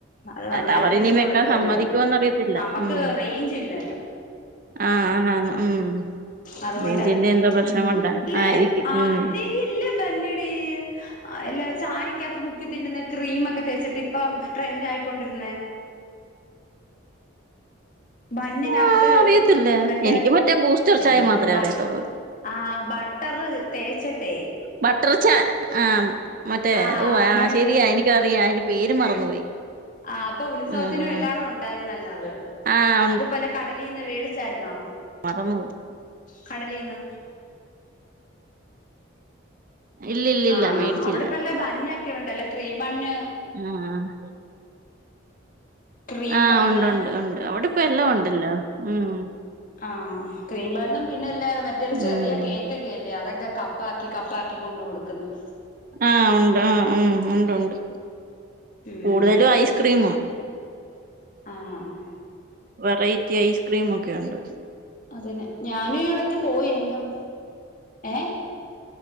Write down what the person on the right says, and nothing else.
ടവറിനി
വെക്കാൻ സമ്മതിക്കുവോന്നറിയത്തില്ല
ഉം
ആഹ് ആന്നാന്ന് ഉം
റേഞ്ചിന്റെ എന്തോ പ്രശ്നം
കൊണ്ടാ
ആയിരിക്കും
ഉം
ആഹ് അറിയത്തില്ല
എനിക്ക് ബൂസ്റ്റർ
ചായ മാത്രമേ
അറിയത്തുള്ളൂ
ബട്ടർ ച ആഹ് മറ്റേ
ഓ ആ
ശെരിയാ എനിക്കറിയാം അയിന്റെ പേര് മറന്നുപോയി
ആഹ്
ആഹ്
മറന്നുപോവും
ഇല്ലില്ലില്ല
മേടിച്ചില്ല
ആഹ്
ആഹ്
ഉണ്ടൊണ്ട് ഒണ്ട് അവിടെ ഇപ്പ എല്ലാം ഉണ്ടല്ലോ ഉം
ഉം
ആഹ് ഒണ്ട് ആഹ് മ് ഒണ്ടൊണ്ട്
കൂടുതലും ഐസ്ക്രീമാ
വെറൈറ്റി ഐസ്ക്രീമൊക്കെ ഒണ്ട്